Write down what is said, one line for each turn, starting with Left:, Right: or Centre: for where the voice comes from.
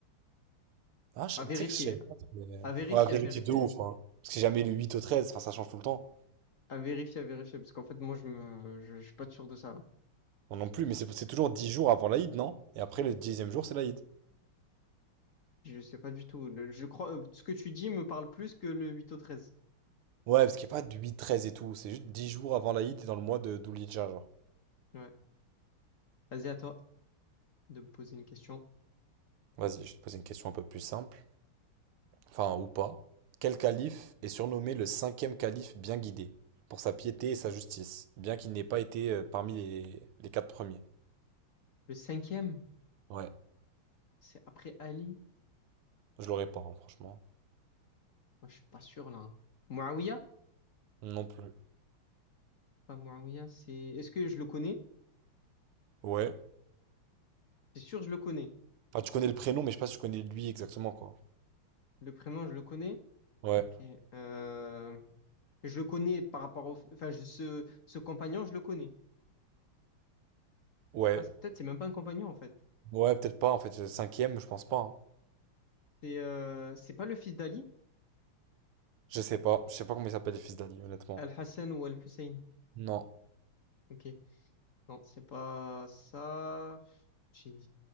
Right: Ah, je-
Left: À
Right: tu
Left: vérifier,
Right: sais que je sais pas. mais-
Left: à vérifier,
Right: On va vérifier
Left: à vérifier,
Right: de ouf,
Left: hein.
Right: hein. Parce que c'est jamais le 8 au 13, enfin ça change tout le temps.
Left: À vérifier, à vérifier, parce qu'en fait, moi, je me, je, je suis pas sûr de ça, là.
Right: Non non plus, mais c'est c'est toujours dix jours avant l'Aïd, non? Et après le dixième jour, c'est l'Aïd.
Left: Je sais pas du tout. Le- je crois, euh, ce que tu dis me parle plus que le huit au treize
Right: Ouais, parce qu'il n'y a pas de 8 13 et tout, c'est juste 10 jours avant l'Aïd et dans le mois de Doulidja, genre.
Left: Ouais. Vas-y, à toi de me poser une question.
Right: Vas-y, je vais te poser une question un peu plus simple. enfin ou pas, quel calife est surnommé le cinquième calife bien guidé, pour sa piété et sa justice, bien qu'il n'ait pas été euh, parmi les, les quatre premiers.
Left: Le cinquième,
Right: Ouais,
Left: c'est après Ali.
Right: je l'aurais pas, hein, franchement.
Left: Moi, je suis pas sûr, là. hein. Muawiyah?
Right: Non plus.
Left: Pas Muawiyah, c'est, est-ce que je le connais?
Right: Ouais.
Left: C'est sûr, je le connais.
Right: Enfin, tu connais le prénom, mais je sais pas si tu connais lui exactement, quoi.
Left: Le prénom, je le connais.
Right: Ouais,
Left: Ok. Euh, Je le connais par rapport au... Enfin, je- ce, ce compagnon, je le connais.
Right: ouais.
Left: Ah, c'est- peut-être c'est même pas un compagnon, en fait.
Right: Ouais, peut-être pas, en fait. Le cinquième, je pense pas. hein.
Left: C'est euh, c'est pas le fils d'Ali,
Right: Je sais pas. Je sais pas comment il s'appelle les fils d'Ali, honnêtement.
Left: Al-Hassan ou Al-Hussein.
Right: Non.
Left: Ok. Non, c'est pas ça. J'ai-